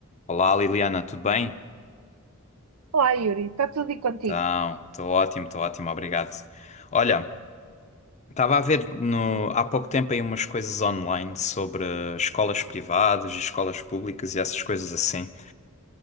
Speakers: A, on the left; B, on the right.
A: Olá Liliana, tudo bem?
B: Olá, Yuri, está tudo e contigo?
A: Então, estou ótimo, estou ótimo, obrigado. Olha, estava a ver no- há pouco tempo aí umas coisas online sobre escolas privadas e escolas públicas e essas coisas assim.